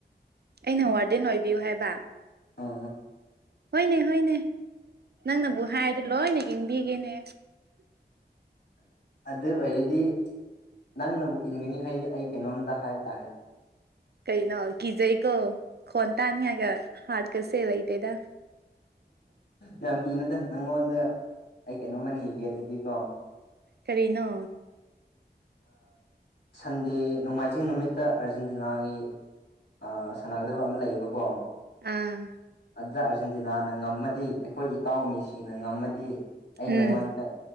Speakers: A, on the right; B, on the left.
A: ꯑꯩꯅ ꯋꯥꯔꯗꯦꯟ ꯑꯣꯏꯕꯤꯌꯨ ꯍꯥꯏꯕ
B: ꯑ꯫
A: ꯍꯣꯏꯅꯦ ꯍꯣꯏꯅꯦ ꯅꯪꯅꯕꯨ ꯍꯥꯏꯔꯗꯤ ꯂꯣꯏꯅ ꯏꯟꯕꯤꯒꯦꯅꯦ
B: ꯑꯗꯨ ꯑꯣꯏꯔꯗꯤ ꯅꯪꯅꯕꯨ ꯏꯟꯒꯅꯤ ꯍꯥꯏꯗꯤ ꯑꯩ ꯀꯩꯅꯣꯝꯇ ꯍꯥꯏꯕ ꯇꯥꯔꯦ
A: ꯀꯩꯅꯣ ꯀꯤꯖꯩꯀꯣ ꯈꯣꯟ ꯇꯅꯤꯉꯥꯏꯒ ꯍꯥꯠꯀꯁꯦ ꯂꯩꯇꯦꯗ
B: ꯌꯥꯝ ꯀꯤꯅꯨꯗ ꯅꯉꯣꯟꯗ ꯑꯩ ꯀꯩꯅꯣꯃꯥ ꯅꯤꯒꯦ ꯑꯗꯨꯗꯤ ꯀꯣ
A: ꯀꯔꯤꯅꯣ
B: ꯁꯟꯗꯦ ꯅꯣꯡꯃꯥꯏꯖꯤꯡ ꯅꯨꯃꯤꯠꯇ ꯑꯥꯔꯖꯦꯟꯇꯤꯅꯥꯒꯤ ꯑ ꯁꯥꯟꯅꯒꯗꯕ ꯑꯃ ꯂꯩꯌꯦꯕꯀꯣ
A: ꯑꯥ
B: ꯑꯗꯨꯗ ꯑꯥꯔꯖꯦꯟꯇꯤꯅꯥꯅ ꯉꯝꯃꯗꯤ ꯑꯩꯈꯣꯏ ꯏꯇꯥꯎ ꯃꯦꯁꯤꯅ ꯉꯝꯃꯗꯤ ꯑꯩ
A: ꯎꯝ
B: ꯅꯪꯉꯣꯟꯗ